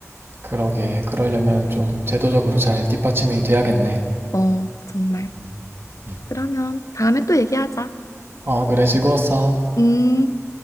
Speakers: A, on the right; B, on the left.
A: 그러게. 그러려면 좀 제도적으로 잘 뒷받침이 돼야겠네.
B: 어, 정말.
A: 음, 음.
B: 그러면 다음에 또 얘기하자.
A: 어, 그래. 즐거웠어.
B: 음.